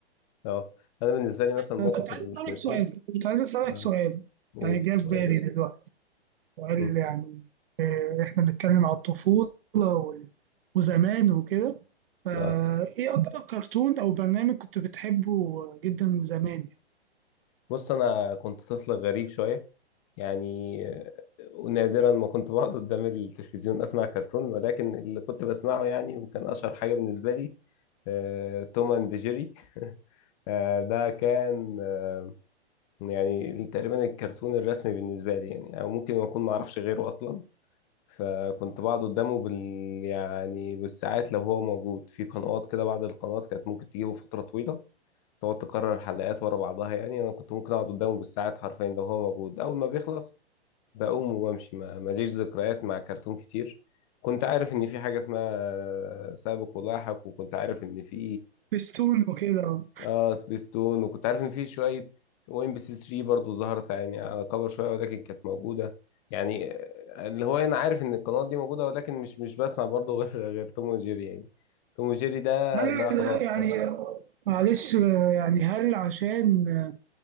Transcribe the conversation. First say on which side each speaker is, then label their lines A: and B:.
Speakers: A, on the left; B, on the right.
A: آه. انا بالنسبه لي مثلا الموقف
B: يعني كنت عايز
A: اللي مش
B: أسألك
A: ناسيه
B: سؤال كنت عايز أسألك
A: اه
B: سؤال
A: قول
B: يعني جه في
A: طيب
B: بالي
A: اسال
B: دلوقتي وقال
A: مم.
B: يعني آه، إحنا بنتكلم على الطفولة وال- وزمان وكده فإيه
A: اه
B: أكتر كرتون أو برنامج كنت بتحبه جدا زمان؟
A: بص انا كنت طفل غريب شويه يعني آه، نادرا ما كنت بقعد قدام التلفزيون اسمع كرتون ولكن اللي كنت بسمعه يعني وكان اشهر حاجه بالنسبه لي آه، توم اند جيري <laughs> آه، ده كان آه، يعني تقريبا الكرتون الرسمي بالنسبه لي يعني او ممكن ما اكون ما اعرفش غيره اصلا فكنت بقعد قدامه بال يعني بالساعات لو هو موجود في قنوات كده بعض القنوات كانت ممكن تجيبه فترة طويلة تقعد تكرر حلقات ورا بعضها يعني انا كنت ممكن اقعد قدامه بالساعات حرفيا لو هو موجود اول ما بيخلص بقوم وبمشي ما ماليش ذكريات مع كرتون كتير كنت عارف ان في حاجة اسمها سابق ولاحق وكنت عارف ان في
B: بستون وكده
A: اه سبيستون وكنت عارف ان في شويه وام بي سي 3 برضه ظهرت يعني على كبر شويه ولكن كانت موجوده يعني آه، اللي هو انا عارف ان القنوات دي موجوده ولكن مش مش بسمع برضه <laughs> غير غير توم وجيري يعني توم وجيري ده
B: هل
A: ده خلاص
B: يعني
A: آه،
B: معلش آه، يعني هل عشان آه،